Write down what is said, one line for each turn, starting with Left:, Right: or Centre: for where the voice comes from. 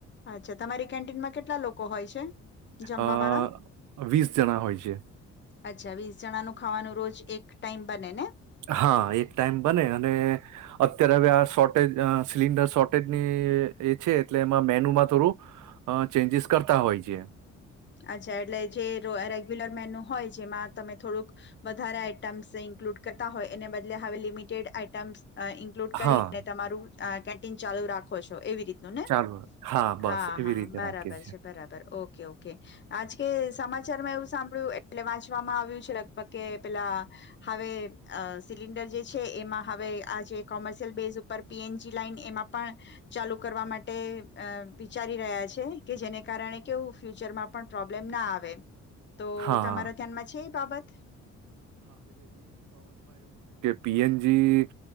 Left: અચ્છા તમારી કેન્ટીનમાં કેટલા લોકો હોય છે જમવા
Right: અ
Left: વાળા
Right: વીસ જણા હોય છે.
Left: અચ્છા વીસ જણાનુ ખાવાનું રોજ એક ટાઈમ બને ને?
Right: હા એક ટાઈમ બને અને અત્યારે હવે આ શોર્ટેજ સિલિન્ડર શોર્ટેજની એ છે એટલે એમાં મેન્યુમાં થોડું ચેન્જીસ કરતા હોય છે.
Left: અચ્છા એટલે જે રેગ્યુલર મેન્યુ હોય જેમાં તમે થોડુંક વધારે આઈટમ્સ ઈન્ક્લુડ કરતા હોય એને બદલે હવે લિમિટેડ આઈટમ્સ અ ઇન્ક્લુડ કરીને
Right: હા
Left: તમારું અહ કેન્ટીન ચાલુ રાખો છો એવી રીત નું ને.
Right: ચાલો બસ
Left: હા
Right: એવી
Left: હા
Right: રીતે
Left: બરાબર
Right: રાખીએ છીએ
Left: છે બરાબર ઓકે ઓક એ આજ કે સમાચારમાં એવું સાંભળ્યું એટલે વાંચવામાં આવ્યું છે લગભગ કે પેલા હવે અહ સિલિન્ડર જે છે એમાં હવે આ જે કોમર્શિયલ બેઝ ઉપર પી એન જી લાઈન એમાં પણ ચાલુ કરવા માટે અહ વિચારી રહ્યા છે કે જેને કારણે કેવું ફ્યુચરમાં પણ પ્રોબ્લેમ ના આવે. તો
Right: હા
Left: તમારા ધ્યાનમાં છે એ બાબત? <inaudible>
Right: પી એન જી